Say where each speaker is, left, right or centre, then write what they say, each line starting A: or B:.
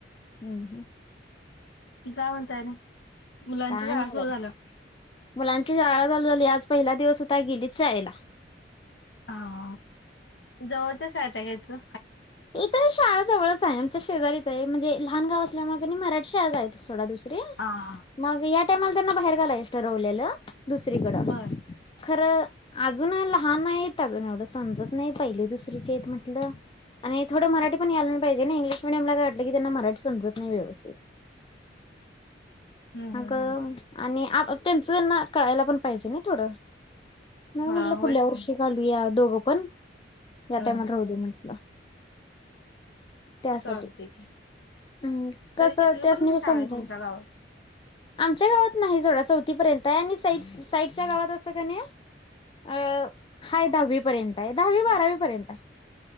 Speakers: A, on the left; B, on the left.
A: हम्म हम्म
B: ती काय म्हणताय आणि मुलांची
A: काय
B: शाळा
A: नाही
B: सुरू
A: बघा
B: झाली
A: मुलांची शाळा चालू झाली आज पहिला दिवस होता गेलीच शाळेला
B: हा जवळच्याच शाळेत आहे का इथं
A: इतर शाळा जवळंच आहे आमच्या शेजारीच आहे म्हणजे लहान गाव असल्यामुळेळ म मराठी शाळाच आहे. थोडा दुसरे
B: हा हा
A: मग या टायमाला बाहेर घालायचं ठरवलेलं. दुसरीकड.
B: बर
A: खरं अजून लहान आहेत अजून एवढं समजत नाही पहिले दुसरीचे आहेत म्हटलं. आणि थोडं मराठी पण यायला नाही पाहिजे ना इंग्िश मिडियमला काय वाटलं की त्यांना मराठी समजत नाही व्यवस्थित.
B: हम्म
A: अग
B: हम्म हम्म
A: आणि त्यांचं त्यांना कळायला पण पाहिजे ना थोडं मग
B: हा
A: म्हटलं
B: होयच
A: पुढल्या वर्षी
B: की
A: घालूया दोघं पण
B: हम्म
A: या टायमाला राहू दे म्हटलं. त्यासाठी
B: चालतंय की
A: हम्
B: तरी
A: कस
B: कितवी
A: त्यास
B: पर्यंत
A: न मी
B: शाळा
A: समजाेल
B: आहे तुमच्या गावात
A: आमच्या गावात नाही सोडा चौथीपर्यंत आहे आणि साई साईडच्या गावात असं क नाही आहे. अं हा दहावी पर्यंत आहे दहावी बारावी पर्यंत आहे.